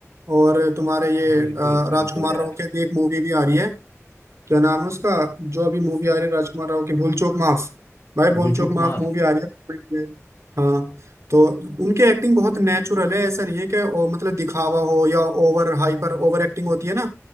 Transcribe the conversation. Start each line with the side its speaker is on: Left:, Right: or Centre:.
Right: और तुम्हारे ये
Left: बिल्कुल
Right: अ,
Left: बिल्कुल
Right: राजकुमार
Left: यार
Right: राव के भी एक मूवी भी आ रही है क्या नाम है उसका जो अभी मूवी आ रही है राजकुमार राव की भूल चूक माफ भाई भूल
Left: भूल
Right: चूक
Left: चूक
Right: माफ
Left: माफ
Right: मूवी आ रही है हाँ तो उनकी एक्टिंग बहुत नेचुरल है ऐसा नहीं है कि ओ, मतलब दिखावा हो या ओवर हाइपर ओवर एक्टिंग होती है ना